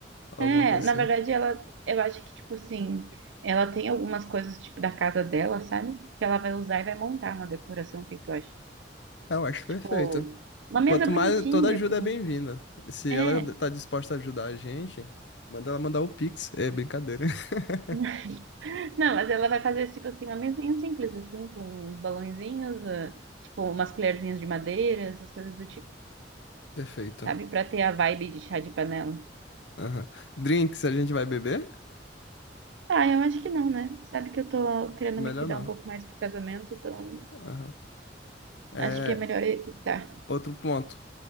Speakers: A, on the left; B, on the right.
A: Alguma
B: É,
A: coisa
B: na verdade,
A: assim.
B: ela, eu acho que, tipo assim, ela tem algumas coisas, tipo, da casa dela, sabe? Que ela vai usar e vai montar uma decoração, o que que tu acha?
A: Ah, Eu acho perfeito.
B: Tipo, uma
A: E
B: mesa
A: Quanto
B: bonitinha
A: mais, toda ajuda
B: com...
A: é bem-vinda. Se
B: É,
A: ela tá disposta a ajudar a gente, manda ela mandar o Pix. É brincadeira. <laughs>
B: <laughs> não, mas ela vai fazer, tipo assim, uma mesinha simples, assim, com uns balõezinhos, ah, tipo, umas colherzinhas de madeira, essas coisas do tipo,
A: Perfeito.
B: sabe? Pra ter a vibe de chá de panela.
A: Aham. Drinks a gente vai beber?
B: Ah, eu acho que não, né? Sabe que eu tô querendo
A: Melhor
B: me cuidar
A: não.
B: um pouco mais pro casamento, então
A: Aham. É,
B: acho que é melhor evitar.
A: Outro ponto.